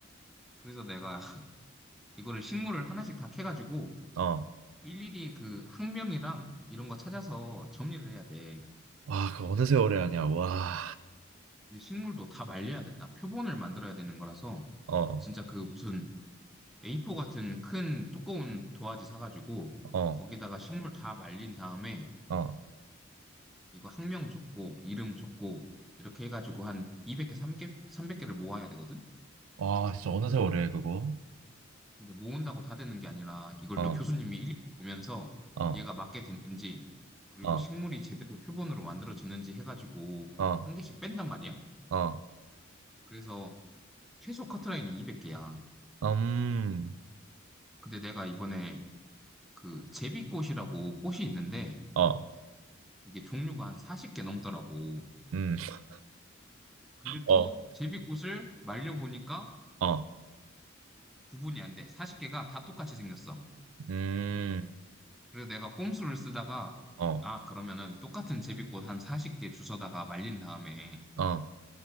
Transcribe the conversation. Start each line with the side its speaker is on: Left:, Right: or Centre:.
Centre: 그래서 내가 <laughs> 이거를 식물을 하나씩 다 캐가지고,
Right: 어.
Centre: 일일이 그 학명이랑 이런 거 찾아서 정리를 해야 돼.
Right: 아, 그거 어느 세월에 하냐, 와.
Centre: 근데 식물도 다 말려야 된다. 표본을 만들어야 되는 거라서
Right: 어,
Centre: 진짜 그 무슨 A4 같은 큰 두꺼운 도화지 사가지고
Right: 어,
Centre: 거기다가 식물 다 말린 다음에
Right: 어.
Centre: 이거 학명 적고 이름 적고 이렇게 해가지고 한 200개, 300개, 300개를 모아야 되거든?
Right: 와, 진짜 어느 세월에 해, 그거?
Centre: 근데 모은다고 다 되는 게 아니라 이걸
Right: 어,
Centre: 또 교수님이 일일이 보면서
Right: 어,
Centre: 얘가 맞게 됐는지 그리고
Right: 어,
Centre: 식물이 제대로 표본으로 만들어졌는지 해가지고
Right: 어,
Centre: 한 개씩 뺀단 말이야.
Right: 어.
Centre: 그래서 최소 커트라인이 200개야.
Right: 음,
Centre: 근데 내가 이번에 그 제비꽃이라고 꽃이 있는데
Right: 어,
Centre: 이게 종류가 한 40개 넘더라고.
Right: 음, <laughs>
Centre: 근데
Right: 어,
Centre: 또 제비꽃을 말려보니까
Right: 어,
Centre: 구분이 안 돼. 40개가 다 똑같이 생겼어.
Right: 음,
Centre: 그래서 내가 꼼수를 쓰다가
Right: 어.
Centre: 아, 그러면은 똑같은 제비꽃 한 40개 주워다가 말린 다음에
Right: 어,